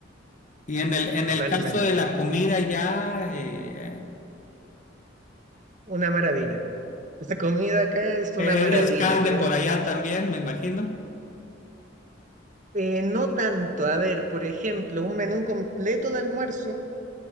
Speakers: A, on the left; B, on the right.
A: Y en el, en
B: totalmente,
A: el caso de la comida ya, eh,
B: una maravilla. La comida acá es una
A: eh,
B: maravilla,
A: es carne
B: créeme.
A: por allá también, me imagino.
B: Eh, no tanto, a ver, por ejemplo, un menú completo de almuerzo.